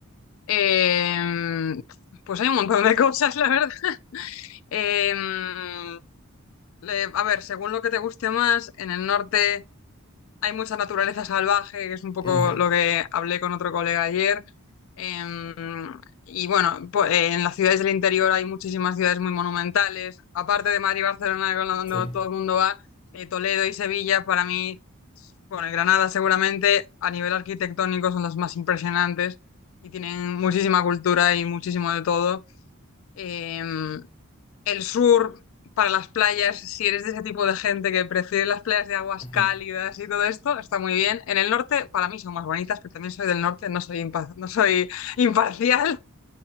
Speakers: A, on the left (about 65°); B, on the left (about 20°).
A: Em, pues hay un montón de <laughs> cosas, la verdad. Em, le- a ver, según lo que te guste más, en el norte hay mucha naturaleza salvaje, que es un poco
B: Ujú,
A: lo que hablé con otro colega ayer. Em, y bueno, po- eh, en las ciudades del interior hay muchísimas ciudades muy monumentales. Aparte de Madrid y Barcelona, con la- donde
B: sí.
A: todo el mundo va, eh, Toledo y Sevilla, para mí, bueno, y Granada seguramente, a nivel arquitectónico son las más impresionantes y tienen muchísima cultura y muchísimo de todo. Em, el sur para las playas, si eres de ese tipo de gente que prefiere las playas de aguas
B: ujú.
A: cálidas y todo esto, está muy bien. En el norte, para mí son más bonitas, pero también soy del norte, no soy, impa- no soy <laughs> imparcial.